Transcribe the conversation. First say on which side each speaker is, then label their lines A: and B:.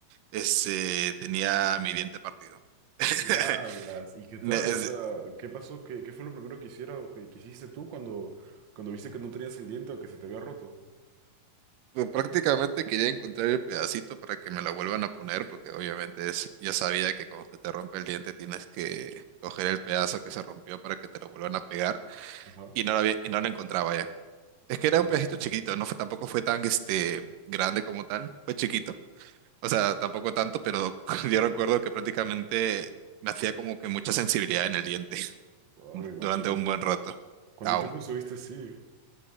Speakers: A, on the right (about 80°); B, on the right (about 60°).
A: este, tenía mi diente partido. <laughs>
B: ¿Qué hablas? ¿Y qué tal?
A: Me- es-
B: O sea, ¿qué pasó? ¿Qué, qué fue lo primero que hicieron, que, que hiciste tú cuando, cuando viste que no tenías el diente o que se te había roto?
A: prácticamente quería encontrar el pedacito para que me lo vuelvan a poner, porque obviamente es, ya sabía que cuando se te rompe el diente tienes que coger el pedazo que se rompió para que te lo vuelvan a pegar,
B: Ajá.
A: y no lo había- y no lo encontraba ya. Es que era
B: Wow,
A: un pedacito chiquito, no fue, tampoco fue tan este, grande como tal, fue chiquito. O sea, tampoco tanto, pero <laughs> yo recuerdo que prácticamente me hacía como que mucha sensibilidad en el diente
B: me
A: <laughs>
B: imagino.
A: durante un buen rato.
B: ¿Cuánto
A: Au.
B: tiempo estuviste así?